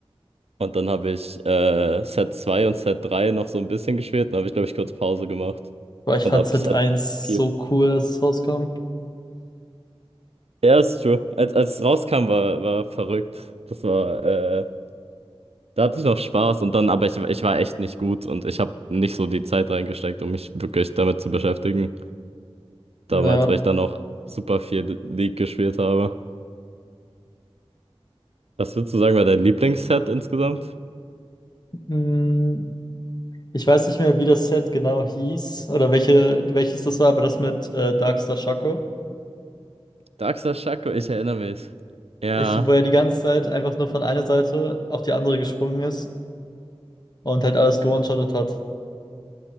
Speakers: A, on the right; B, on the left.
A: Und dann habe ich äh, Set 2 und Set 3 noch so ein bisschen gespielt. Dann habe ich, glaube ich, kurz Pause gemacht.
B: Boah, ich
A: Und
B: fand
A: ab
B: Hit
A: Set
B: eins
A: vier
B: so cool, als es rauskam.
A: Ja, ist true. Als, als es rauskam, war, war verrückt. Das war. äh, Da hatte ich noch Spaß und dann, aber ich, ich war echt nicht gut und ich habe nicht so die Zeit reingesteckt, um mich wirklich damit zu beschäftigen. Damals,
B: Ja.
A: weil ich dann noch super viel League gespielt habe. Was würdest du sagen, war dein Lieblingsset insgesamt?
B: Mm, Ich weiß nicht mehr, wie das Set genau hieß oder welche, welches das war, aber das mit äh, Darkstar Shaco.
A: Daxa Shaco, ich erinnere mich. Ja,
B: Ich, wo er die ganze Zeit einfach nur von einer Seite auf die andere gesprungen ist und halt alles gewone-shottet hat.